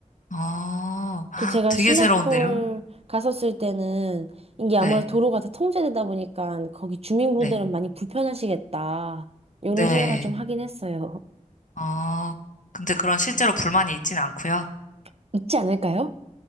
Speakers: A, on the left; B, on the right.
A: 어,
B: 그 제가
A: 되게
B: 싱가포르
A: 새로운데요?
B: 갔었을 때는 이게 아무래도
A: 네.
B: 도로가 다 통제되다 보니까 거기 주민분들은
A: 네.
B: 많이 불편하시겠다. 이런
A: 네.
B: 생각을 좀 하긴 했어요.
A: 어, 근데 그런 실제로 불만이 있진 않고요.
B: <laughs> 있지 않을까요?